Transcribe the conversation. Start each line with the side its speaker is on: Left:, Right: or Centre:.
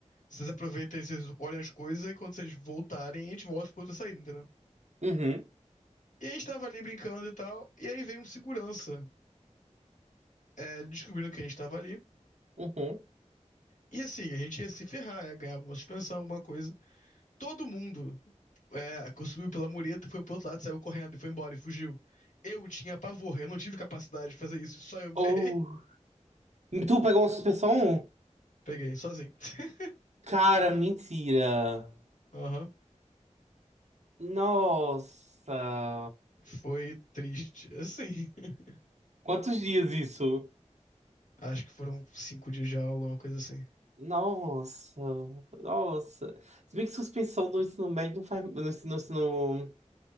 Left: Vocês aproveitam e vocês olham as coisas, e quando vocês voltarem, a gente volta pra outra saída, entendeu?
Right: uhum,
Left: E a gente tava ali brincando e tal, e aí veio um segurança, é, descobrindo que a gente tava ali.
Right: uhum.
Left: E assim, a gente ia se ferrar, ia ganhar alguma suspensão, alguma coisa. Todo mundo é, subiu pela mureta, foi pro outro lado, saiu correndo e foi embora e fugiu. Eu tinha pavor, eu não tive capacidade de fazer isso, só eu me
Right: Oh.
Left: ferrei.
Right: Tu pegou uma suspensão?
Left: Peguei, sozinho. <laughs>
Right: Cara, mentira.
Left: Aham.
Right: Nossa.
Left: Foi triste, assim. <laughs>
Right: Quantos dias isso?
Left: Acho que foram cinco dias de aula, uma coisa assim.
Right: Nossa. Nossa. Se bem que suspensão do ensino médio não faz. No ensino, no ensino...